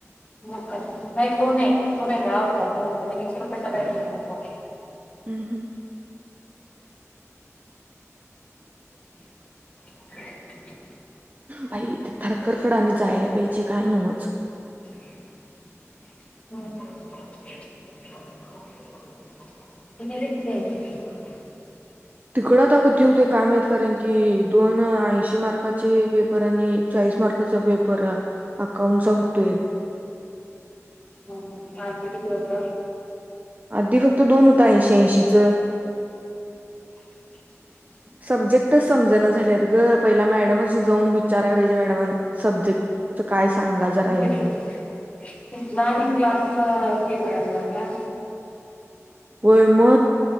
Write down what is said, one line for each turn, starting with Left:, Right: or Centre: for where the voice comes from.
Left: हो का नाही तो नाही तो वेगळा होता म्हण वीस रुपयाचा काही करू करतो
Right: हम् हम्
Left: ह
Right: बाईथ थरककडा आणि जायला पाहिजे काय नवच
Left: होम इन ते तन
Right: तिकडं आ के होते काम आहेत कारण की दोन ऐशी मार्काचे पेपर आणि एक मार्कचा पेपर अकाऊंट चा होतोय
Left: ह ह हती स्वत
Right: आधी फक्त दोन होता ऐंशी ऐंशीच
Left: <inaudible>
Right: सब्जेक्टच समजण झालेत ग पहिला मॅडमशी जाऊन विचारा पाहिजे मॅडम सब्जेक्ट त काय सांगा जरा आहे
Left: तथलं
Right: म्हणून
Left: तिला आणि क्लास ते करायला लागला
Right: व्हय म